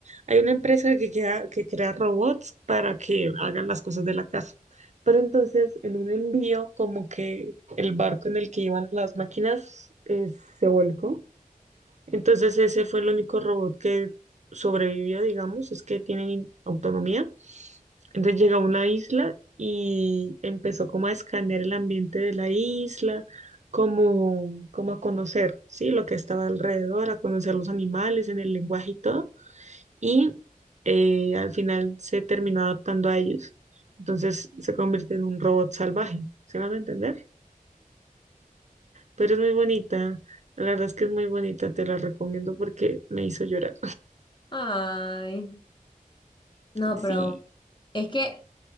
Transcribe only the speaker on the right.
hay una empresa que crea, que crea robots para que hagan las cosas de la casa. Pero entonces, en un envío, como que el barco en el que iban las máquinas eh, se volcó. Entonces ese fue el único robot que sobrevivió, digamos, es que tienen in- autonomía. Entonces llegó a una isla y empezó como a escanear el ambiente de la isla, como, como a conocer, ¿sí? Lo que estaba alrededor, a conocer los animales en el lenguaje y todo. Y eh, al final se terminó adaptando a ellos. Entonces se convierte en un robot salvaje, ¿se van a entender? pero es muy bonita. La verdad es que es muy bonita, te la recomiendo porque me hizo llorar.
Sí.
<laughs>